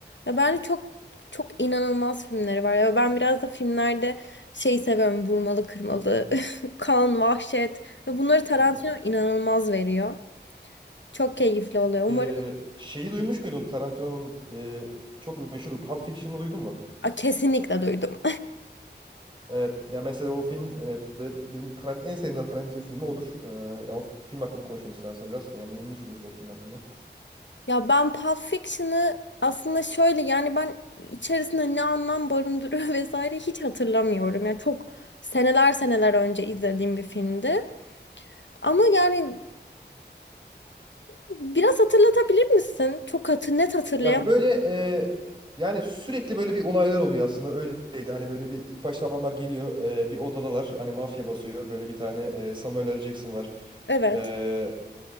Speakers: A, on the left; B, on the right.
A: Ve bence çok çok inanılmaz filmleri var. Ya ben biraz da filmlerde şey seviyorum. Vurmalı, kırmalı, <laughs> kan, vahşet ve bunları Tarantino
B: Hmm.
A: inanılmaz veriyor. Çok keyifli oluyor. Umarım
B: E, şeyi duymuş muydun Tarantino'nun e, çok meşhur Pulp Fiction'ı duydun mu?
A: Aa, kesinlikle duydum.
B: Evet. Ya mesela o film e, de benim Tarant en sevdiğim Tarantino filmi odur. E, ya o film hakkında konuşalım istersen biraz. Yani ne ne düşünüyorsun o film hakkında?
A: Ya ben Pulp Fiction'ı aslında şöyle yani ben içerisinde ne anlam barındırıyor <laughs> vesaire hiç hatırlamıyorum. Yani çok seneler seneler önce izlediğim bir filmdi. Ama yani biraz hatırlatabilir misin? Çok hatır, net hatırlayamam.
B: Ya böyle e, yani sürekli böyle bir olaylar oluyor aslında öyleydi. Hani böyle bir ilk başta adamlar geliyor e, bir odadalar hani mafya basıyor. Böyle bir tane e, Samuel L. Jackson var.
A: Evet.
B: E,